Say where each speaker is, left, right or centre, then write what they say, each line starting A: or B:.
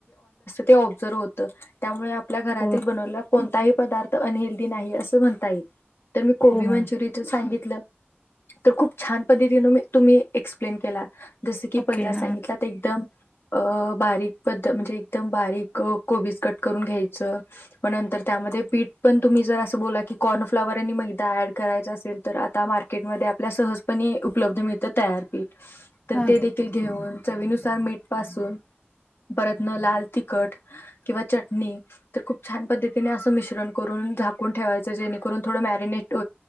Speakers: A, on the left (about 65°); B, on the left (about 30°).
A: ते अवजोव होतं, आपल्या घरातील
B: हो
A: बनवलेला कोणताही पदार्थ अनहेल्दी नाही असं म्हणता येईल! तर मी कोबी
B: हो
A: मंचुरियनच
B: मॅम
A: सांगितलं तर खूप छान पद्धतीनी तुम्ही एक्सप्लेन केला जस की
B: ओके
A: पहिला
B: हां
A: सांगितला तर एकदम अ बारीक पद्ध म्हणजे एकदम बारीक कोबीज कट करून घ्यायचं मग नंतर त्यामध्ये पीठ पण तुम्ही जर असं बोला की कॉर्नफ्लाॉवर आणि मैदा ॲड करायचा असेल तर आता मार्केटमध्ये आप आपला सहजपणे उपलब्ध मिळत तयारपीठ तर
B: हां
A: ते देखील घेऊन चवीनुसार मीठ पासून परतन लाल तिखट किंवा चटणी तर खूप छान पद्धतीने अस मिश्रण करून झाकून ठेवायचं जेणेकरून थोडं मॅरीनेट